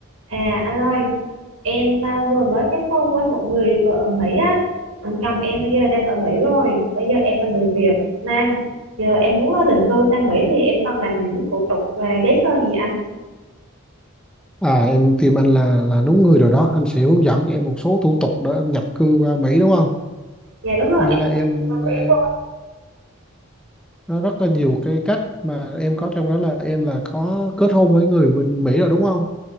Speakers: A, on the right (about 75°); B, in the centre.
A: À anh ơi, em à, vừa mới kết hôn với một người vợ ở Mỹ á, Anh chồng em bây giờ đang ở Mỹ rồi, bây giờ em là người Việt Nam, giờ em muốn à, định cư sang Mỹ thì em cần làm những thủ tục và giấy tờ gì anh?
B: À em tìm anh là là đúng người rồi đó, anh sẽ hướng dẫn cho em một số thủ tục để em nhập cư qua Mỹ đúng không?
A: Dạ đúng rồi,
B: Có Nghĩa
A: em
B: là
A: có
B: em
A: sang định cư bên Mỹ
B: ờ,
A: luôn.
B: nó rất là nhiều cái cách mà em có trong đó là em là có kết hôn với người bên Mỹ rồi đúng không?